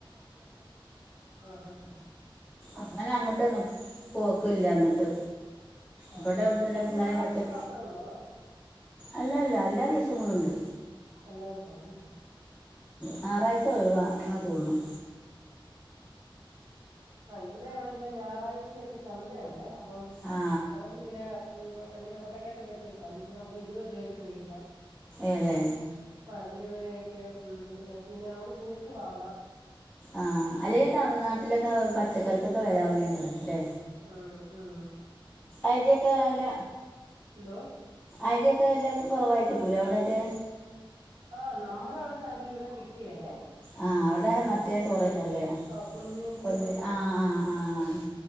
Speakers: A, on the right; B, on the left.
A: ആഹ ഹ ഹ <unintelligible>
B: അങ്ങനെ അങ്ങട്ട ഒന്നും പോക്കല്ല അങ്ങിട്ട്
A: ആഹ്
B: ഇവിടെ
A: ആഹ്
B: എവിടുന്നക്കെ
A: അത്
B: ഇങ്ങനെ
A: ഞായറാഴ്ച
B: പറ്റ-
A: മാത്രേ ഉള്ളോ അതോ
B: അല്ല അല്ല എല്ലാ ദിവസങ്ങളുണ്ട്
A: എല്ലാദിവസവും ഉണ്ടല്ലേ
B: ഞയാറാഴ്ച ഒഴവാ എന്ന തോന്നുന്നു
A: ആ ഇവിടെയാണെങ്കിലിൽ ഞായറാഴ്ചൊക്കെ ചന്തുണ്ടേ അപ്പം
B: ആ
A: നമുക്കിങ്ങനെ- ഇങ്ങെ കൊട്ടക്കത്തക്കെച്ചേക്ക എന്നിട്ട് നമുക്ക് ഇരുപ രൂപയ്ക്ക് മേടിക്കാം
B: ഏലേ
A: ആഹ ഇരുപര ആയിക്ക് പിന്നെ നമുക്ക് തൂക്കി വാങ്ങാം
B: ആഹ അല്ലെ തമിഴ്നാട്ടിലൊക്കെ പച്ചക്കറിക്കൊക്കെ വില അമ്മയൊക്കെറ അല്ലേ
A: ആഹ ആഹ <unintelligible>
B: അതിയൊക്കെ അല്ല
A: എന്തോ
B: ആദിയൊക്കെ എല്ല കുറവായി കിട്ടൂലേ എവിടെയൊക്കെ
A: ആ നമ്മുടെ അവിടത്തെ അരി ഇവിടെ കിട്ടിയല്ലെ
B: ആഹ അവിടെ മറ്റേ ചോറക്കാാരല്ലേ
A: ആഹ് പൊന്നിയരി
B: പൊന്ന
A: എന്നൊക്കെ പറയും
B: ആഹ് ആഹ് ആഹ